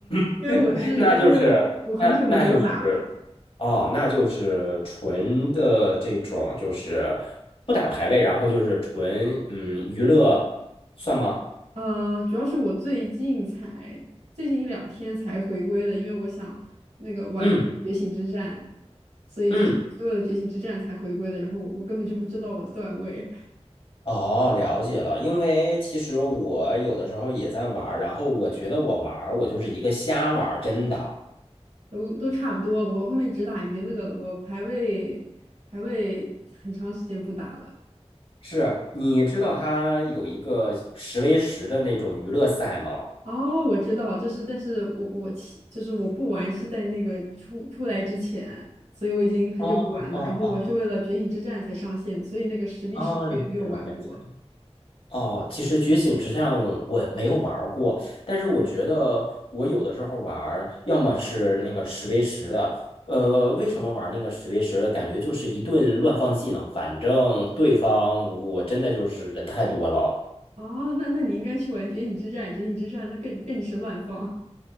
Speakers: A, on the left (about 55°); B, on the right (about 80°).
A: <laughs>
B: 因为我是因为我很久没有打了，
A: 那就是，那那就是。哦，那就是纯的这种，就是不打排位，然后就是纯嗯娱乐，算吗？
B: 呃，主要是我最近才最近一两天才回归的，因为我想那个玩觉醒之战，
A: 嗯
B: 所以就是是为了觉醒之战才回归的。
A: 嗯，
B: 然后我我根本就不知道我的段位，
A: 哦，了解了。因为其实我有的时候也在玩儿，然后我觉得我玩儿，我就是一个瞎玩儿，真的
B: 都都差不多。我后面只打娱乐了，我排位排位很长时间不打了。
A: 是。你知道它有一个十 v 十的那种娱乐赛吗？
B: 哦，我知道，就是但是我我其就是我不玩是在那个出出来之前，所以我已经很久不玩了。
A: 哦哦哦
B: 然后我是为了觉醒之战才上线的，所以那个十 v
A: 哦，
B: 十我也没有玩过。
A: 了解了，了解了。哦，其实觉醒之战我没有玩儿过，但是我觉得我有的时候玩儿要么是那个十 v 十的，呃，为什么玩那个十 v 十的？感觉就是一顿乱放技能，反正对方我真的就是人太多了，
B: 哦，那那你应该去玩《觉醒之战》，《觉醒之战》那更更是乱放